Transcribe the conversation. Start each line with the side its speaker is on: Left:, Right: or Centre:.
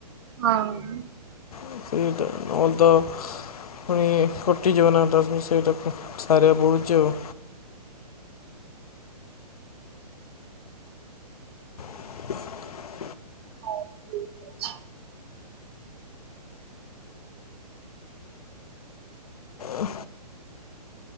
Right: ହଁ ଉଁ।
Left: <unintelligible> ପୁଣି କଟିଯିବ ନା ତା ସେଇଟାକୁ ସାରିବାକୁ ପଡ଼ୁଚି ଆଉ। <inaudible>
Right: <unintelligible>
Left: ଉଁ।